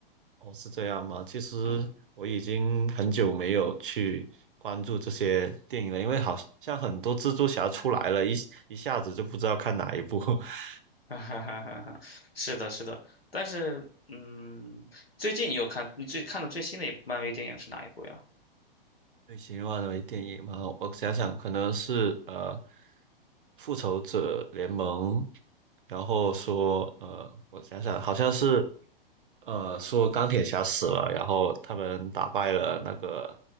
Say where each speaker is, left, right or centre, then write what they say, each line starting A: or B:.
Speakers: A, on the right; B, on the left.
A: 哦，是这样吗？其实我已经很久没有去关注这些电影了，
B: 嗯，
A: 因为好像很多蜘蛛侠出来了，一一下子就不知道看哪一部。<laughs>
B: <laughs> 哈哈哈哈哈，是的，是的，但是，嗯，最近你有看你最看的最新的一部漫威电影是哪一部呀？
A: 类型化的电影嘛，我想想，可能是呃《复仇者联盟》，然后说呃，我想想，好像是呃说钢铁侠死了，然后他们打败了那个